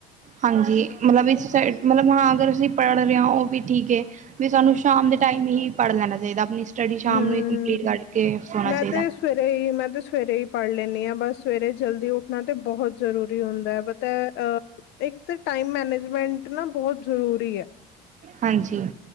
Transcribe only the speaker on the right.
ਹਾਂਜੀ। ਮਤਲਬ ਇਸ ਸਾਇਡ, ਮਤਲਬ ਹਾਂ ਅਗਰ ਅਸੀਂ ਪੜ੍ਹ ਰਹੇ ਆਂ, ਉਹ ਵੀ ਠੀਕ ਏ। ਵੀ ਸਾਨੂੰ ਸ਼ਾਮ ਦੇ ਟਾਈਮ ਹੀ ਪੜ੍ਹ ਲੈਣਾ ਚਾਹੀਦਾ। ਆਪਣੀ ਸਟੱਡੀ ਸ਼ਾਮ
ਨੂੰ ਹੀ ਕੰਪਲੀਟ ਕਰਕੇ ਸੋਣਾ
ਚਾਹੀਦਾ।
ਹਾਂਜੀ।